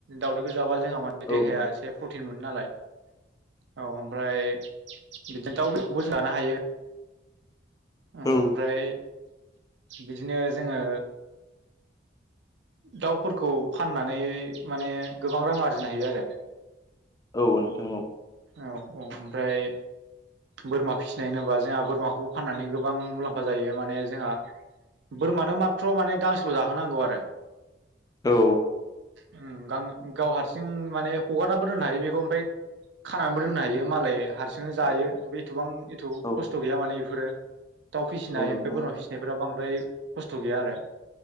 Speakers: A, on the right; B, on the left.
A: दाउदैखौ जाबा जोंहा माने
B: औ
A: देहाया
B: नोंथां
A: एसे प्रटिन मोनो नालाय औ ओमफ्राय बिदिनो दाउ बेदरखौबो जों जानो हायो ओ
B: औ
A: ओमफ्राय बिदिनो जोङो दाउफोरखौ फाननानै माने गोबां रां आरजिनो हायो आरो
B: औ नोंथां औ
A: औ औ ओमफ्राय बोरमा फिसिनाय होनोबा जोंहा बोरमाखौबो फाननानै गोबां मुलाम्फा जायो माने जोंहा बोरमानो माथत्र माने गांसेल जाहोनांगौ आरो
B: औ
A: उ गां-गाव हारसिं माने हगारनाबो दोननो हायो बेखौ ओमफ्राय खानानैबो दोननो हायो मालाय हारसिंनो जायो
B: औ
A: एथबां एथ
B: औ
A: खस्थ गैया माने बेफोरो दाउ फिसिनाय
B: औ नोंथां
A: ओमफ्राय बोरमा फिसिनायफोरा बांद्राय खस्थ गैया आरो